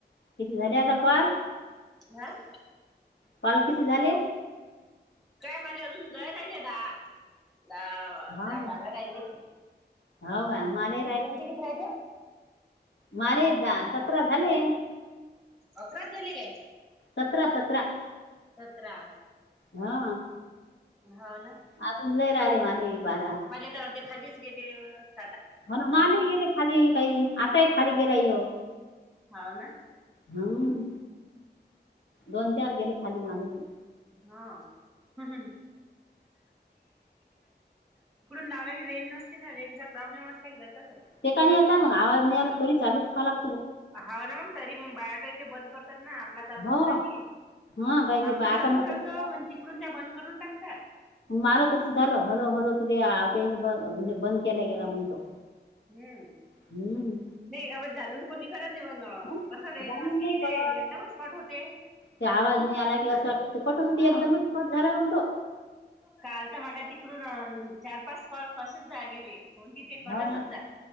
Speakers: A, on the left (about 85°); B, in the centre.
A: किती झालेता कॅल.
B: ह <unintelligible>
A: कॅल किती झाले.
B: काय मले अजून जायरे राहिले द दहा,
A: हो का
B: बारा राहिले
A: हो का माले
B: तुमचे किती राहिले.
A: माझे का सतरा झाले.
B: अकराच झाले काय
A: सतरा सतरा.
B: सतरा.
A: हा
B: हा ना.
A: <unintelligible>
B: <unintelligible>
A: होना माले ही गेले खाली काही आताही खाली गेला यो.
B: हो ना
A: हम्म. दोन चार गेले खाली मालेही.
B: <unintelligible> इकडून लावला की रेंज नसते ना रेेंजचा प्रॉब्लेम असला की जातातच.
A: ते का नि आता मग आवाज नाही आला तरी चालूच ठेवा लाग
B: हवं ना तरी मग बाया काही ते बंद करतात ना आपला चालू
A: हो
B: असला की.
A: हा काय की
B: आपून
A: बा आता
B: चालू
A: मग
B: ठेवतो
A: तसंच
B: पण तिकडून त्या बंद करून टाकतात.
A: मला तसं झालं हलो हलो त ते आ त्याईनी बन म्हणजे बंद केला गेला म्हणतो.
B: हम्म.
A: हम्म.
B: नाही यावर जाणून कोणी करत नाही पण
A: मग
B: कसं रेंज
A: जाणून
B: नसली
A: नाही
B: कि
A: करत
B: ते एकदमच कट होते.
A: ते आवाज नाही आला की असं वाटत कटच
B: हा
A: होती एकदमच कट झाला मंग तो.
B: काल तर मला तिकडून अ चार पाच कॉल असेच जा गेले. कोणती ते कटच
A: हो ना
B: होत जात.